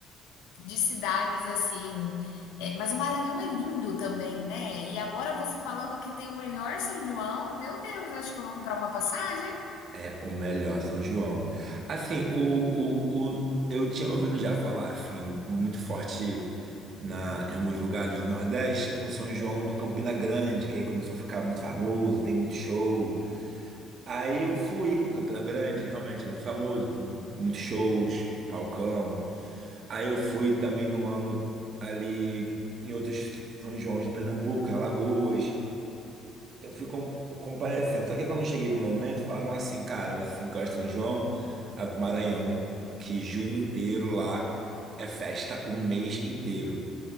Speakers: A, on the left; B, on the right.
A: de cidades assim. É, mas o Maranhão é lindo também, né? E agora você falando que tem o melhor São João, meu Deus, eu acho que eu vou comprar uma passagem.
B: É o melhor, São João. Assim, o, o, o, eu tinha ouvido já falar, assim, muito forte na, em alguns lugares do Nordeste, o São João do Campina Grande, que aí começou a ficar muito famoso, tem muito show. Aí eu fui em Campina Grande, realmente é muito famoso, tem muitos shows, palcão. Aí eu fui também no ano ali em outros São João de Pernambuco, em Alagoas. Eu fui com, comparecendo. Só que quando eu cheguei no momento, falaram assim, cara, você que gosta de São João, vai pro Maranhão, que junho inteiro lá é festa o mês inteiro.